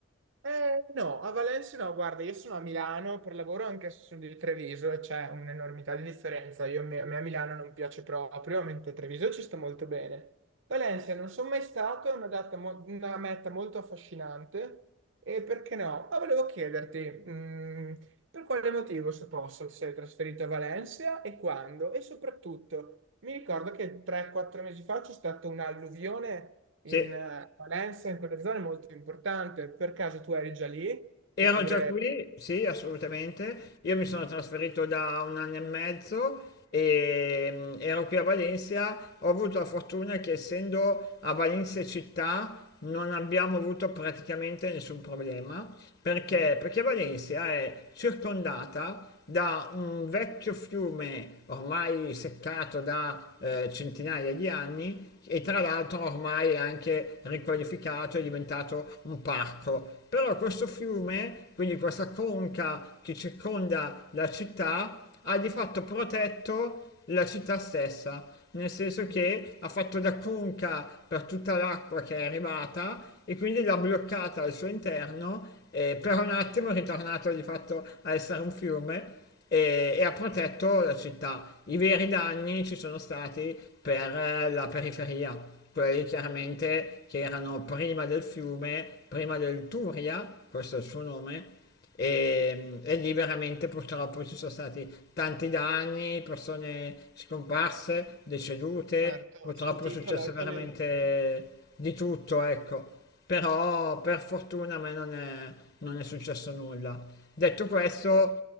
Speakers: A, on the right; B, on the left.
A: Eh, no, a Valencia no, guarda, io sono a Milano per lavoro anche se sono di Treviso e c'è un'enormità di differenza. Io, mi- a me a Milano non piace proprio, mentre a Treviso ci sto molto bene. Valencia non sono mai stato, è una, data mo- una meta molto affascinante e perché no? Ma volevo chiederti, mm, Per quale motivo, se posso, ti sei trasferito a Valencia e quando? E soprattutto, mi ricordo che 3-4 mesi fa c'è stata un'alluvione in
B: Sì.
A: eh, Valencia, in quelle zone molto importante. Per caso tu eri già lì?
B: Ero
A: Oppure...
B: già qui, sì, assolutamente. Io mi sono trasferito da un anno e mezzo e mm, ero qui a Valencia. Ho avuto la fortuna che essendo a Valencia città non abbiamo avuto praticamente nessun problema. Perché?
A: Mm.
B: Perché Valencia è circondata da un vecchio fiume ormai seccato da eh, centinaia di anni e tra l'altro ormai anche riqualificato è diventato un parco. Però questo fiume, quindi questa conca che circonda la città, ha di fatto protetto la città stessa nel senso
A: Mm,
B: che ha fatto da conca per tutta l'acqua che è arrivata e quindi l'ha bloccata al suo interno e per un attimo è ritornato di fatto a essere un fiume e, e ha protetto la città. I veri danni ci sono stati per eh, la periferia, quelli chiaramente che erano prima del fiume, prima del Turia, questo è il suo nome, e, e lì veramente purtroppo ci sono stati tanti danni, persone scomparse, decedute,
A: Certo,
B: purtroppo
A: ho sentito,
B: è successo
A: ho letto
B: veramente
A: nei...
B: di tutto, ecco. Però per fortuna a me non è, non è successo nulla. Detto questo,